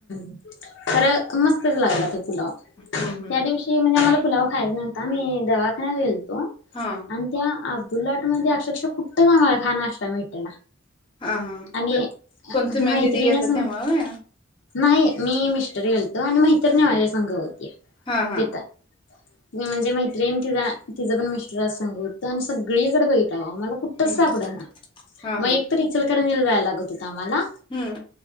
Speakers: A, on the left; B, on the left.
A: खरं मस्तच! लागला, तो पुलाव
B: हम्म हम्म
A: त्या दिवशी म्हणजे, आम्हाला पुलाव खायचा नव्हता, आ दवाखान्यात गेलतो.
B: हा
A: आणि त्या उलट म्हणजे अक्षरशः कुठंचंआम्हाला चहा, नाष्टा भेटना.
B: हा हा
A: आणि
B: त कोणती
A: मैत्रिणी
B: मॅन दिदी गेलत
A: स
B: तेव्हा व्हय
A: नाही. मी मिस्टर गेलतो. आणि मैत्रणी माझ्या संघ होत्या,
B: हा हा
A: तिथं. म्हणजे, मैत्रिण तिला तिचां पण मिस्टर संग होत. आणि सगळीकडे बघित मला कुठंच
B: हम्म
A: सापड ना
B: हा
A: मग,
B: हा
A: एकतरी इचलकरंजीला जायला लागत होत, आम्हाला.
B: हम्म